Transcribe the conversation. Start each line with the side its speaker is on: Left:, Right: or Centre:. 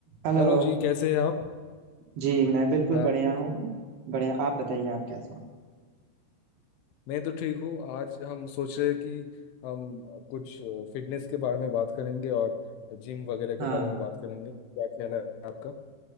Right: Hello
Left: हेलो जी कैसे हैं आप
Right: जी मैं बिल्कुल
Left: हाँ
Right: बढ़िया हूँ बढ़िया आप बताइए आप कैसे हो
Left: मैं तो ठीक हूँ आज हम सोच रहे हैं कि हम कुछ फिटनेस के बारे में बात करेंगे और जिम वगैरह के
Right: हाँ
Left: बारे में बात करेंगे तो क्या ख्याल है आपका